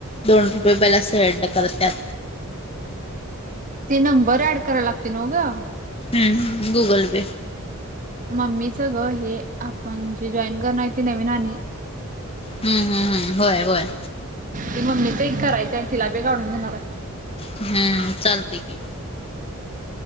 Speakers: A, on the left (about 25°); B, on the right (about 35°).
A: दोन रुपये बला सडड करत्यात.
B: ते नंबर ऍड करायला लागते नव्ह गं.
A: हम्म गुगल पे.
B: मम्मीच गं हे आपण जे जॉईन करणार आहे ते नवीन आणि.
A: हम हम हम होय होय.
B: ते मम्मीच एक करायचं आहे तिला बी काढून देणार आहे.
A: हम् चालतंय की.